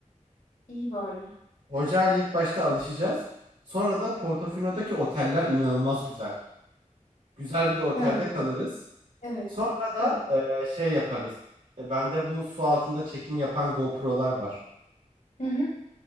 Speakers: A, on the left (about 70°); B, on the right (about 70°).
A: İyi bari.
B: Hoca ile ilk başta alışacağız. Sonra da Portofino'daki oteller inanılmaz güzel. Güzel bir de otelde
A: Ha,
B: kalırız.
A: evet.
B: Sonra
A: Tabii.
B: da e, şey yaparız. E, bende bu su altında çekim yapan GoPro'lar var.
A: Hı hı.